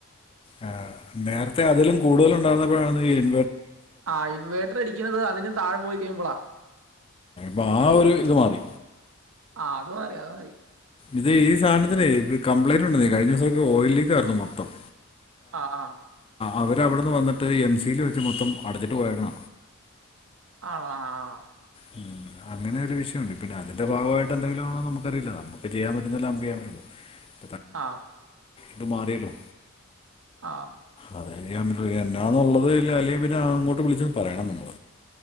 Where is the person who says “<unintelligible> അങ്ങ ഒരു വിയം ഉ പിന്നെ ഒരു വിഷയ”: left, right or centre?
Left